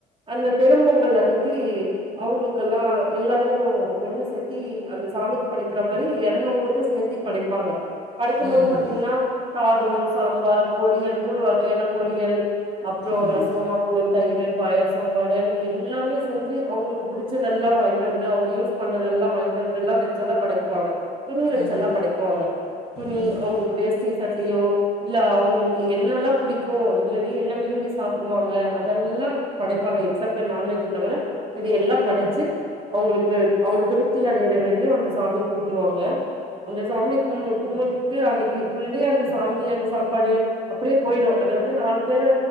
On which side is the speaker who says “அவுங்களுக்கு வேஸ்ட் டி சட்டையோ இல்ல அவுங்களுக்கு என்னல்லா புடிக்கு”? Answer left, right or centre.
Right